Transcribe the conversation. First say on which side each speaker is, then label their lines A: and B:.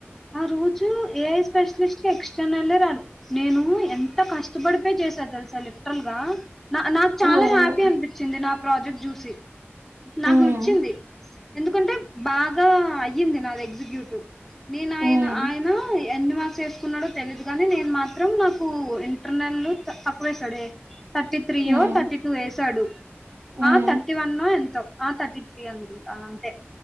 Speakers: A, in the centre; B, on the right.
A: ఆ రోజు ఏఐ స్పెషలిస్ట్ ఎక్స్టర్నల్ రాదు నేను ఎంత కష్టపడిపోయి చేసా తెలుసా లిటరల్ గా నా నాకు చాలా
B: అవును
A: హ్యాపీ అనిపించింది నా ప్రాజెక్ట్ చూసి నాకు
B: ఉమ్,
A: నచ్చింది. ఎందుకంటే బాగా అయ్యింది నాది ఎగ్జిక్యూటివ్ నేను
B: ఉమ్,
A: ఆయన ఆయన ఎన్ని మార్క్స్ వేసుకున్నాడో తెలీదు గాని నేను మాత్రం నాకు నన్ను తక్కవేసడే థర్టీ త్రీయో
B: ఉమ్,
A: థర్టీ టూ యేసాడు
B: ఉమ్,
A: ఆ థర్టీ వన్ ఎంతో ఆ థర్టీ త్రీ అంది అంతే